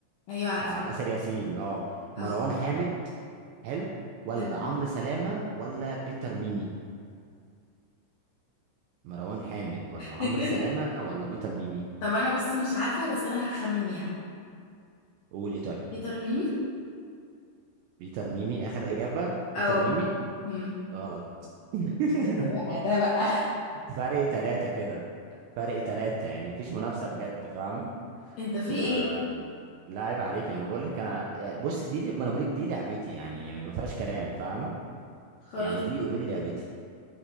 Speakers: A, on the left; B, on the right.
A: ايوه عارفة
B: بتاع آسر ياسين اه
A: اه
B: مروان حامد حلو ولا
A: فاهمة.
B: عمرو سلامة ولا بيتر ميمي مروان حامد ولا عمرو
A: <laughs>
B: سلامة ولا بيتر ميمي
A: طب انا بص مش عارفة بس انا هخمن يعني
B: قولي طيب
A: بيتر ميمي
B: بيتر ميمي اخر اجابة بيتر
A: اه
B: ميمي
A: امم
B: غلط <laughs>
A: ايه ده بقى ده بقى
B: فرق ثلاثة كده فرق ثلاثة يعني مفيش منافسة بجد فاهمة
A: انت في
B: فلا
A: ايه
B: عيب عليك انا بقول لك انا يعني بص دي لي- ما انا بقول لك دي لعبتي يعني ما فيهاش كلام فاهمة
A: خلاص
B: يعني دي اوريدي لعبتي